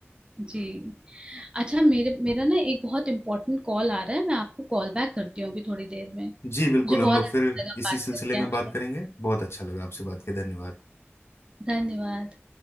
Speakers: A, on the right; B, on the left.
A: जी अच्छा मेरे मेरा ना एक बहुत इंपॉर्टेंट कॉल आ रहा है मैं आपको कॉल बैक करती हूँ अभी थोड़ी देर में मुझे
B: जी बिल्कुल हम
A: बहुत
B: लोग
A: अच्छा
B: फिर
A: लगा
B: इसी
A: बात
B: सिलसिले
A: करके
B: में
A: आपसे
B: बात करेंगे बहुत अच्छा लगा आपसे बात के धन्यवाद
A: धन्यवाद